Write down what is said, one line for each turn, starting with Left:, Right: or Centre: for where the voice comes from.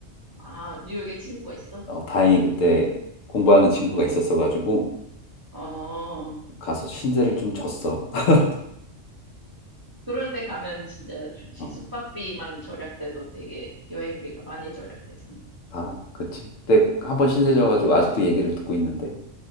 Right: 아, 뉴욕에 친구가 있어?
Left: 어, 다행히 그때 공부하는 친구가
Right: 어,
Left: 있었어가지고
Right: 어.
Left: 가서 신세를 좀 졌어. <laughs>
Right: 그럴 때 가면 진짜 좋지.
Left: 어,
Right: 숙박비만 절약돼도 되게 여행비가 많이 절약되잖아.
Left: 아, 그치. 그때 한 번 신세 져가지고 아직도 얘기를 듣고 있는데.